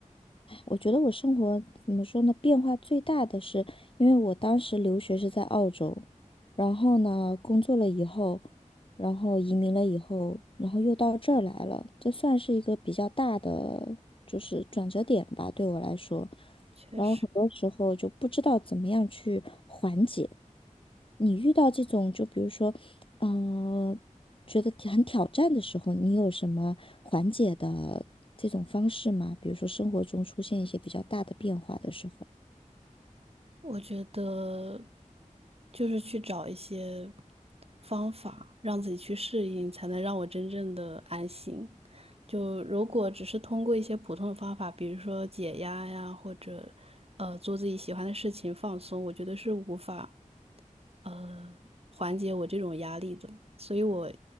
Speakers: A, on the left; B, on the right.
A: 我觉得我生活怎么说呢，变化最大的是，因为我当时留学是在澳洲，然后呢，工作了以后，然后移民了以后，然后又到这儿来了，这算是一个比较大的就是转折点吧，对我来说。
B: 确实，
A: 然后很多时候就不知道怎么样去缓解。你遇到这种，就比如说呃，觉得挺很挑战的时候，你有什么缓解的这种方式吗？比如说生活中出现一些比较大的变化的时候。
B: 我觉得就是去找一些方法，让自己去适应，才能让我真正的安心。就如果只是通过一些普通的方法，比如说解压呀，或者呃做自己喜欢的事情放松，我觉得是无法呃缓解我这种压力的。所以我